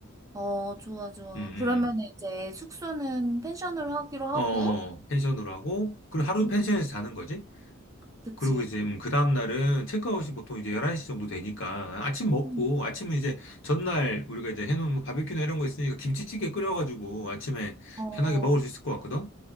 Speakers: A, on the right (about 15°); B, on the left (about 60°).
A: 어, 좋아, 좋아.
B: 음, 음,
A: 그러면 이제 숙소는 펜션으로 하기로 하고,
B: 음. 어, 어, 어. 펜션으로 하고, 그리고 하루
A: 음,
B: 펜션에서 자는 거지?
A: 그치.
B: 그리고 이제 음, 그 다음 날은 체크아웃이 보통 이제 11시 정도 되니까 아침 먹고
A: 음.
B: 아침은 이제 전날 우리가 이제 해놓은 뭐 바베큐나 이런 거 있으니까 김치찌개 끓여가지고 아침에
A: 어,
B: 편하게 먹을 수 있을 것 같거든?